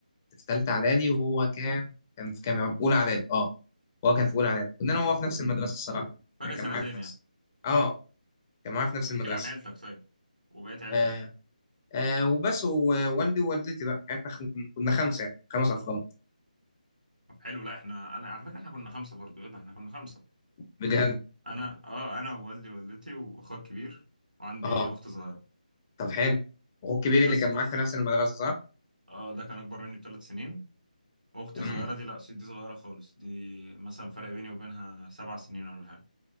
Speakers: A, on the left; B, on the right.
A: كنت في ثالثه اعدادي وهو كان كان في كام يا رب؟ اولى اعدادي اه وهو كان في اولى اعدادي كنا انا وهو في نفس المدرسه الصراحه
B: فرق
A: يعني
B: سنتين
A: كان معايا في نفس
B: يعني
A: اه كان معايا في نفس
B: احكي
A: المدرسه
B: لي عن عيلتك طيب وبقيت عيلتك
A: آه. آه وبس ووالدي ووالدتي بقى يعني احنا كن- كنا خمسه يعني خمس افراد
B: طب حلو لا احنا انا على فكره احنا كنا خمسه برضو ايه ده احنا كنا خمسه
A: بجد
B: انا اه انا ووالدي ووالدتي واخوك كبير وعندي
A: اه
B: اخت صغيره
A: طب حلو اخوك الكبير اللي
B: بس
A: كان
B: اخوك
A: معاك في نفس المدرسه صح؟
B: اه ده كان اكبر مني بثلاث سنين واختي
A: امم
B: صغيره دي لا دي صغيره خالص دي مثلا فرق بيني وبينها سبع سنين ولا حاجه